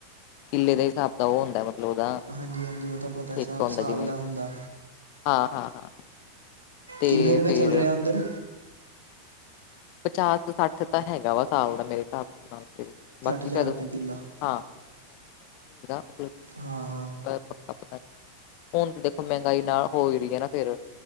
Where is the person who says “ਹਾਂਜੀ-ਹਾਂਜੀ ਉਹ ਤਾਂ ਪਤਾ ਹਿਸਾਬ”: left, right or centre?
Right